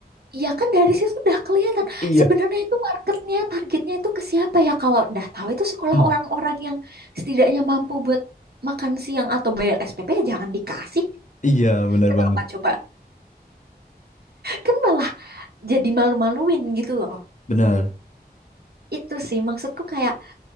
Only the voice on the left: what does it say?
Iya.
Mm.
Iya, benar
banget.
Benar.